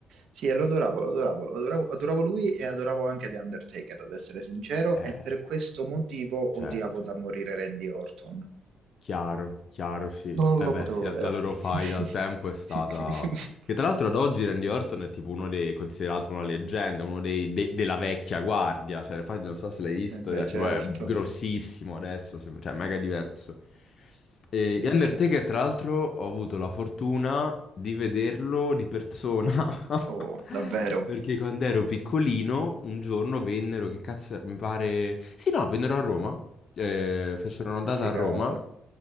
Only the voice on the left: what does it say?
Eh,
certo.
Chiaro, chiaro, sì.
Eh
beh,
sì, la
la loro faida al
tempo è stata... Che tra l'altro ad oggi Randy Orton è tipo uno dei... considerato una leggenda, uno dei... de- della vecchia guardia. Cioè, infatti non so se l'hai visto,
cioè,
tipo è grossissimo adesso, sem- cioè è mega diverso. E
e Undertaker,
tra l'altro, ho avuto la fortuna di vederlo di persona. <laughs>
Perché quando ero piccolino, un giorno vennero, che cazzo, mi pare... Sì, no, vennero a Roma. eh, fecero una
data
a Roma.